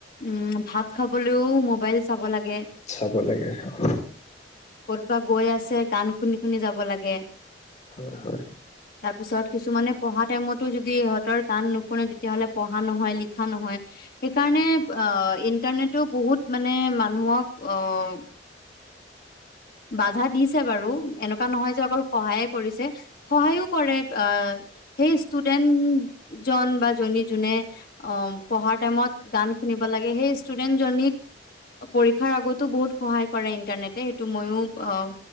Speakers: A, on the left; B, on the left.
A: উম, ভাত খাবলৈও মোবাইল চাব লাগে,
B: চাব লাগে হয়
A: ক'তবা গৈ আছে গান শুনি, শুনি যাব লাগে
B: হয় হয়
A: <unintelligible> পিছত কিছুমানে পঢ়া টাইমত টো যদি ইহঁতৰ গান নুশুনে তেতিয়াহ'লে পঢ়া নহয়, লিখা নহয়। সেইকাৰণে অ', ইণ্টাৰনেটও বহুত মানে ন' অহ। বাধা দিছে। বাৰু এনেকুৱা নহয় যে অকল সহায়ে কৰিছে সহায়ো কৰে, সেই ষ্টুডেন্ড জন বা জনী যোনে অ', পঢ়াৰ টাইমত গান শুনিব লাগে সেই ষ্টুডেন্ট জনীক পৰীক্ষাৰ আগতো বহুত সহায় কৰে ইন্টাৰনেটে। টো ময়ো অ',